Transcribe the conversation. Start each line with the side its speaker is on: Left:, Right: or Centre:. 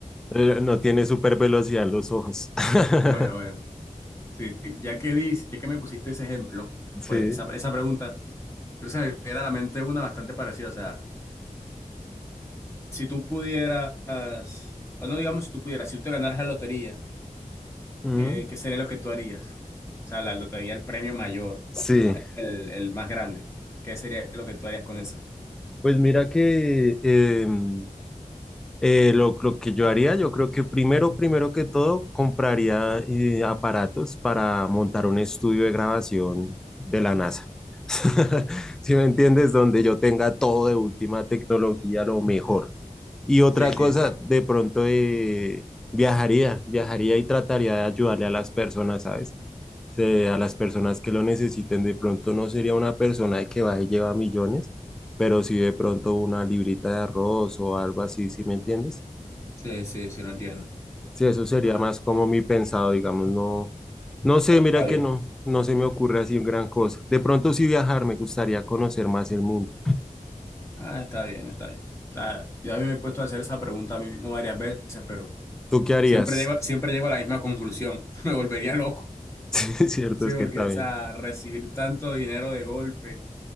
Centre: eh, no tiene súper velocidad en los ojos. <laughs>
Left: Bueno, bueno. Sí, ya que dis, ya que me pusiste ese ejemplo,
Centre: Sí.
Left: pues esa, esa pregunta, creo que se me viene a la mente una bastante parecida. O sea, si tú pudieras, o no digamos si tú pudieras, si tú te ganaras la lotería,
Centre: Mm,
Left: ¿qué, qué sería lo que tú harías? O sea, la lotería, el premio mayor,
Centre: Sí,
Left: lo ma- el, el más grande. ¿Qué sería lo que tú harías con eso?
Centre: pues mira que em, Eh, lo, lo que yo haría, yo creo que primero, primero que todo, compraría eh, aparatos para montar un estudio de grabación de la NASA. <laughs> Si me entiendes? Donde yo tenga todo de última tecnología, lo mejor. Y otra
Left: Sí,
Centre: cosa,
Left: sí, sí.
Centre: de pronto eh, viajaría, viajaría y trataría de ayudarle a las personas, ¿sabes? Eh, a las personas que lo necesiten, de pronto no sería una persona que va y lleva millones, pero sí de pronto una librita de arroz o algo así, si me entiendes?
Left: Sí, sí, sí, lo entiendo.
Centre: Sí, eso sería
Left: Ah,
Centre: más como mi pensado, digamos, no, no sé,
Left: está
Centre: mira
Left: bien.
Centre: que no, no se me ocurre así gran cosa. De pronto sí viajar, me gustaría conocer más el mundo.
Left: Ah, está bien, está bien. O sea, yo a mí me he puesto a hacer esa pregunta a mí mismo varias veces, pero
Centre: ¿Tú qué harías?
Left: siempre llego, siempre
Centre: <laughs>
Left: llego a la misma conclusión. <laughs> Me volvería loco.
Centre: Sí, es cierto,
Left: Sí,
Centre: es
Left: porque,
Centre: que también.
Left: o sea, recibir tanto dinero de golpe.